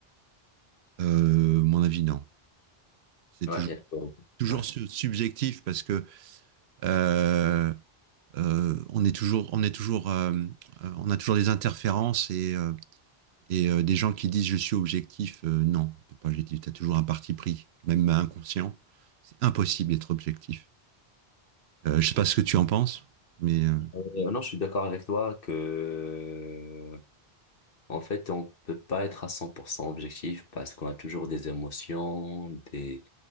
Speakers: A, on the right; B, on the left.
A: Euh, mon avis, non. C'est
B: Ouais.
A: toujours,
B: Il y a- tout.
A: toujours
B: Ouais.
A: su- subjectif parce que euh, euh, on est toujours, on est toujours, euh, euh, on a toujours des interférences et, euh, et euh, des gens qui disent je suis objectif. Euh, non, t'es pas objectif. T'as toujours un parti pris, même inconscient. C'est impossible d'être objectif. Euh, je sais pas ce que tu en penses, mais euh,
B: Euh, non, je suis d'accord avec toi que, en fait, on peut pas être à 100% objectif parce qu'on a toujours des émotions, des,